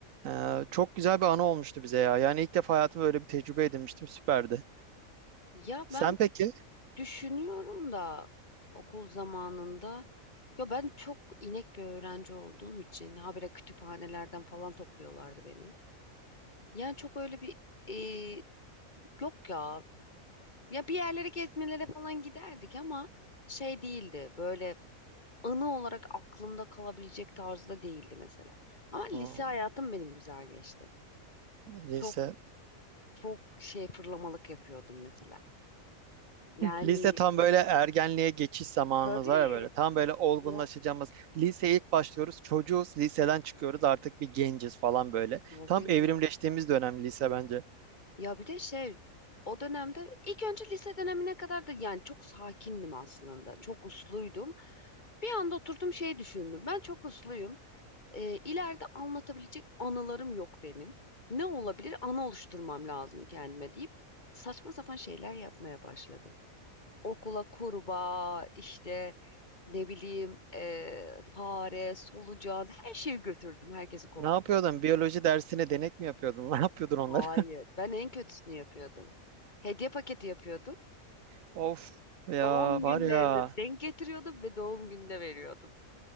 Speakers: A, on the right; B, on the left.
A: E, çok güzel bir anı olmuştu bize ya. Yani ilk defa hayatımda böyle bir tecrübe edinmiştim. Süperdi.
B: Ya
A: Sen
B: ben
A: peki?
B: düşünüyorum da okul zamanında ya ben çok inek bir öğrenci olduğum için habire kütüphanelerden falan topluyorlardı beni. Yani çok öyle bir e, yok ya. Ya bir yerlere gezmelere falan giderdik ama şey değildi. Böyle anı olarak aklımda kalabilecek tarzda değildi mesela. Ama lise
A: Hmm,
B: hayatım benim güzel geçti.
A: lise.
B: Çok çok şey fırlamalık yapıyordum mesela. Yani
A: Lise tam böyle ergenliğe geçiş zamanımız
B: tabii
A: var ya böyle. Tam böyle olgunlaşacağımız.
B: ya
A: Liseye ilk başlıyoruz. Çocuğuz. Liseden çıkıyoruz. Artık bir genciz falan böyle.
B: tabii.
A: Tam evrimleştiğimiz dönem lise bence.
B: Ya bir de şey o dönemde ilk önce lise dönemine kadar da yani çok sakindim aslında. Çok usluydum. Bir anda oturdum şey düşündüm. Ben çok usluyum. Ee, ileride anlatabilecek anılarım yok benim. Ne olabilir? Anı oluşturmam lazım kendime deyip saçma sapan şeyler yapmaya başladım. Okula kurbağa işte ne bileyim eee, fare, solucan her şeyi götürdüm herkesi korkutmak
A: Ne yapıyordun? Biyoloji dersine denek mi yapıyordun? <laughs> Ne yapıyordun onları?
B: Hayır. Ben en kötüsünü yapıyordum. Hediye paketi yapıyordum.
A: <laughs> Of ya
B: Doğum
A: var
B: günlerini
A: ya.
B: denk getiriyordum ve doğum gününe veriyordum.